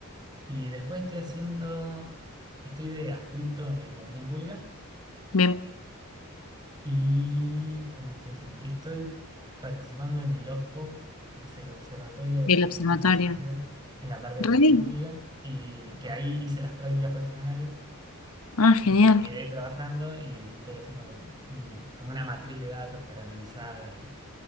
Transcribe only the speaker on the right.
Y después estoy haciendo, estoy de adscripto en opinión pública.
¿Y qué más estoy haciendo? Y Estoy participando en el OSPO, que es el Observatorio
Político
y Social, en la parte de
opinión
pública. Y que ahí hice las prácticas profesionales
y me quedé trabajando y estoy haciendo mm, como una matriz de datos para analizar.